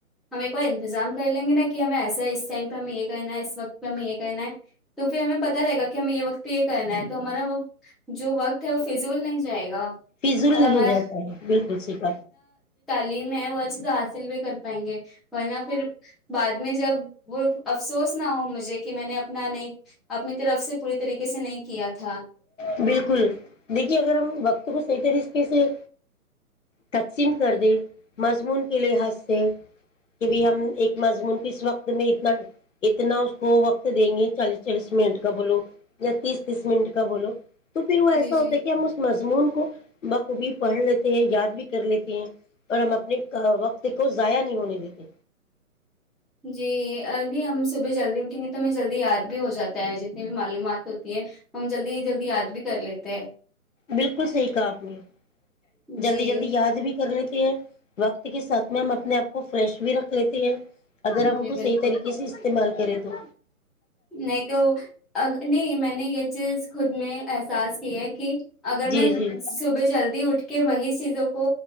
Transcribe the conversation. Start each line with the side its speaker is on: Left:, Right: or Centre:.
Centre: ہمیں ایک اور انتظام کر لیں گے نا کہ ہمیں ایسا ہے اس ٹائم پہ ہمیں یہ کرنا ہے اس وقت پہ ہمیں یہ کرنا ہے تو پھر ہمیں پتتا رہے گا کہ ہمیں یہ وقتہ یہ کرنا ہے تو ہمارا وہ جو وقت ہے وہ فضول نہیں جائے گا
Left: فضول
Centre: اور
Left: نہیں
Centre: ہمارا
Left: جاتا ہے بالکل سہی کہا ھا
Centre: وہچ تو حاصل بھی کر پائیں گے ورنہ پھر بعد میں جب وہ افسوس نا ہو مجھے کہ میں نے اپنا نہیں اپنی طرف سے پوری طریقے سے نہیں کیا تھا
Left: بالکل دیکھیے اگر ہم وقت کو صحیح طریقے سے تقسیم کر دے مضمون کے لحاظ سے کہ بھ ہم ایک مضمون کس وقت میں اتنا اتنا وہ وقت دیں گے چالیس چالیس منٹ کبلو یا تیس تیس منٹ کا بولو تو پھر وہ ایسا
Centre: جی
Left: ہوتا
Centre: جی
Left: ہے کیا ہم اس مس مضمون کو بخ بھی پڑھ لیتے ہیں یاد بھی کر لیتے ہیں اور ہم اپنے وقت کو ضائع نہیں ہونے دیتے
Centre: جی ارلی ہم صبح جلدی تو میںیں جلدی یاد بھی ہو جاتا ہے جت بھی معلومات ہوتی ہے ہم جلدی جلدی یاد بھی کر لیتے ہیں
Left: بالکل صحیح کہا اپنے جلدی
Centre: جی
Left: جلدی یاد بھی کر لیتی ہیں وقت کے ساتھ میں ہم اپنے آپ کو فریش بھی رکھ لیتے ہیں اگر ہم ان
Centre: جی
Left: کو
Centre: بالکل
Left: صحیح طریقے سے استعمال کریں تو
Centre: نہیں تو نہیں میں نے یہ چیز خود میں احساس کیا ہے کہ اگر
Left: جی
Centre: میں
Left: جی
Centre: صبح جلدی اٹھ کے وہی چیزوں کو